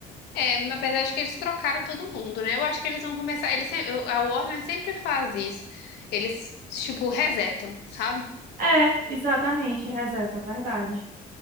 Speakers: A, on the left; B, on the right.
A: É, mas apesar de que eles trocaram todo mundo, né? Eu acho que eles vão começar. Eles, sem- eu- a Warner sempre faz isso. Eles, tipo, resetam, sabe?
B: É, exatamente, resetam, verdade.